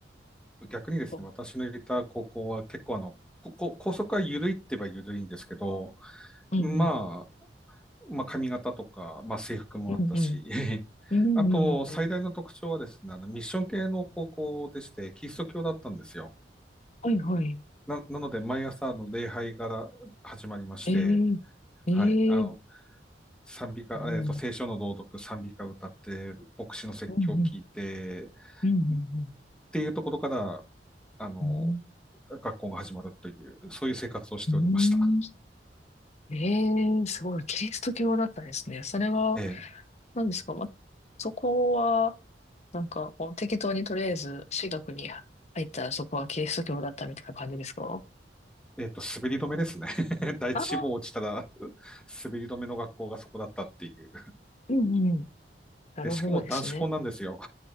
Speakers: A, in the centre; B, on the left (about 40°).
A: 逆にですね、
B: うん
A: 私のいた高校は結構あの、ここ校則は緩いって言えば緩いんですけど、
B: うんうん。
A: まあ、まあ髪型とか、まあ制服もあったし、
B: うんうん。
A: <laughs>
B: うんうんうんうん。
A: あと最大の特徴はですね、あのミッション系の高校でして、キリスト教だったんですよ。
B: はいはい。
A: な、なので、毎朝の礼拝から始まりまして、
B: ええええ
A: はい、あの、賛美歌、
B: うん。
A: えっと、
B: うん
A: 聖書の朗読、賛美歌歌って、牧師の説教を聞いて、
B: うんうんうんうんうん
A: っていうところから、あの、
B: うん。
A: 学校が始まるという、そういう生活をしておりました。
B: うん。うんええすごい。キリスト教だったんですね。それは、
A: え
B: 何ですか、ま、そこは、なんか、こう適当にとりあえず、私学に入ったらそこはキリスト教だったみたいな感じですか
A: ええっと、滑り止めですね。<laughs> 第一志望落ちたら、
B: あ
A: 滑り止めの学校がそこだったっていう。
B: うんうん。なるほどですね。
A: で、しかも男子校なんですよ。